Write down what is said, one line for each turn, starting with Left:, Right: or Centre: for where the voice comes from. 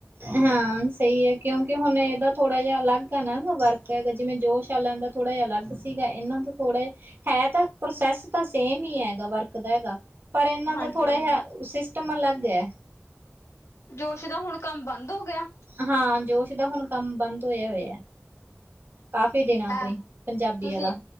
Right: ਹਾਂ ਸ ਸਈ ਐ ਕੇਓਂਂਕਿ ਹੁਣ ਏਦਾ ਥੋੜਾ ਜੇਆ ਅਲੱਗ ਐ ਨਾ ਵਰਕ ਐਦੇ ਜਿਵੇਂ ਜੋਸ਼ <unintelligible> ਥੋੜ੍ਹਾ ਯਾ ਅਲੱਗ ਸੀਗਾ ਏਨਾਂ ਤੋਂ ਥੋੜੇ ਹੈ ਤਾਂ ਪ੍ਰੋਸੈਸ ਤਾ ਸੇਮ ਈ ਐਗਾ ਵਰਕ ਦਾ ਐਗਾ ਪਰ ਏਨਾਂ
Left: ਹਾਂਜੀ-ਹਾਂਜੀ
Right: ਦਾ ਥੋੜਾ ਯਾ, ਸਿਸਟਮ ਅਲੱਗ ਐ।
Left: ਜੋਸ਼ ਦਾ ਹੁਣ ਕੰਮ ਬੰਦ ਹੋ ਗੇਆ?
Right: ਹਾਂ ਜੋਸ਼ ਦਾ ਹੁਣ ਕੰਮ ਬੰਦ ਹੋਏਆ ਹੋਏਐ। ਕਾਫੀ ਦਿਨਾਂ ਤੋ
Left: ਐ
Right: ਈਂ, ਪੰਜਾਬੀ
Left: ਤੁਸੀਂ
Right: ਆਲਾ